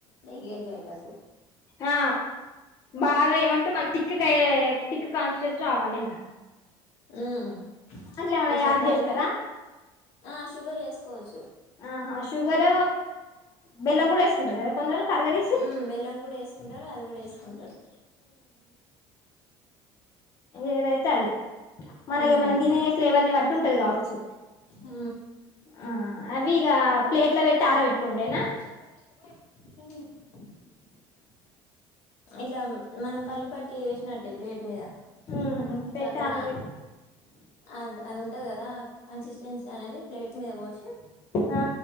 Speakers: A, on the left; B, on the left.
A: దగ్గరికి అయ్యేటట్టు
B: ఆ బాగా ఏమంటే మన తిక్క్కయగే తిక్క్ కాన్స్టెన్స్ రావాలి
A: ఉం
B: ఏమైనా
A: ఇట్లా
B: యాడ్
A: ఎట్లా
B: చేస్తారా
A: అంటే ఆ షుగర్ వేసుకోవచ్చు
B: ఆహా షుగర్ బెల్లం కూడ వేసుకుంటారు కదా కొందరు కరగదిసి
A: ఉమ్ బెల్లం కూడా వేసుకుంటారు అది కూడా వేసుకుంటారు
B: ఏదైతే అది మన
A: ఉమ్
B: మనం తినే ఫ్లేవర్ ని బట్టి ఉంటది కావచ్చు
A: ఆ
B: ఆ అవి ఇగ ప్లేట్ల పెట్టి ఆర పెట్టుకోనుడేనా
A: <inaudible> ఇట్లా మనం పల్లి పట్టి ఏసినట్టే ప్లేట్ మీద
B: ఉం
A: ఇట్లా
B: పెట్టి
A: దా
B: ఆర పెట్టి
A: అది అది ఉంటంది కదా కన్సిస్టెన్సీ అనేది ప్లేట్ మీద పోసి
B: ఆ